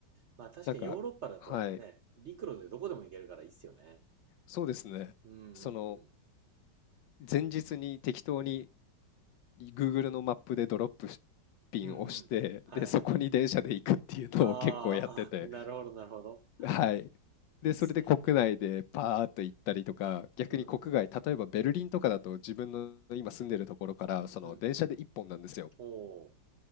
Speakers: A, on the right; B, on the left.
A: まあ確かにヨーロッパだとね、
B: なんか、はい、
A: 陸路でどこでも行けるからいいっすよね。
B: そうですね。
A: うんうんうん。
B: その、前日に適当に Google のマップでドロップピンを押して、
A: うんうん。はい。
B: で、そこに電車で行くっていうのを結構やってて、
A: あー、<laughs> なるほど、なるほど。
B: はい。
A: いいっすね。
B: で、それで国内でパーっと行ったりとか、
A: うん。
B: 逆に国外、
A: うんうん。
B: 例えばベルリンとかだと自分の今住んでるところから、その電車で一本なんですよ。
A: うん。おー。